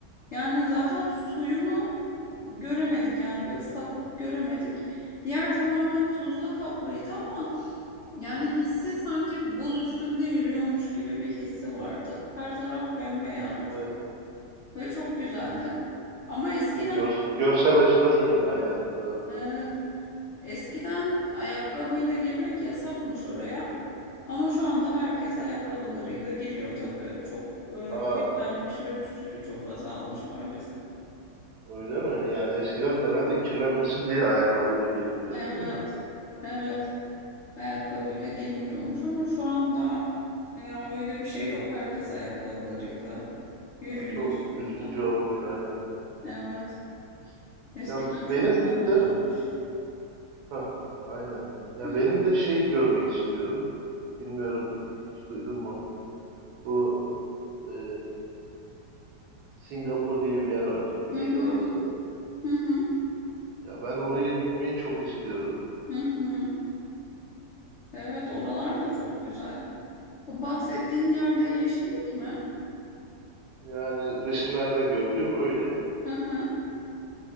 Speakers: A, on the left (about 75°); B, on the right (about 70°).
A: Yani zaten suyunu göremedik yani bir ıslaklık göremedik. Yer tamamen tuzla kaplıydı ama
B: Hı
A: yani
B: hı.
A: hissi sanki buz üstünde yürüyormuş gibi bir hissi vardı. Her taraf bembeyazdı
B: Evet.
A: ve çok güzeldi. Ama eskiden
B: E, gör- görsel açıdan iyi. Aynen. Doğru.
A: evet eskiden ayakkabıyla girmek yasakmış oraya. Ama şu anda herkes ayakkabılarıyla giriyor tabii. Çok e,
B: Aa,
A: kirlenmiş ve suyu çok azalmış maalesef.
B: öyle mi? Yani eskiden herhalde kirlenmesin diye ayakkabıyla girilmiyordu
A: Evet.
B: değil mi?
A: Evet. Ayakkabıyla girilmiyormuş ama şu anda ya öyle bir şey yok. Herkes ayakkabılarıyla yürüyor
B: Aa, çok
A: üstünde.
B: üzücü olmuş. Aynen.
A: Evet. Eskiden
B: Ya
A: çok
B: benim
A: daha güzelmiş.
B: de Hah, aynen. Ya
A: Hı
B: benim de şeyi görmek istiyorum. Bilmiyorum hiç duydun mu? Bu e, Singapur diye bir yer var. Güneydoğu
A: hı hı
B: Asya'da.
A: hı hı.
B: Ya ben oraya gitmeyi çok istiyorum.
A: hı Evet, oralar da çok güzel. O bahsettiğin yerde yeşillik mi?
B: Yani resimlerden gördüğüm öyle.
A: Hı hı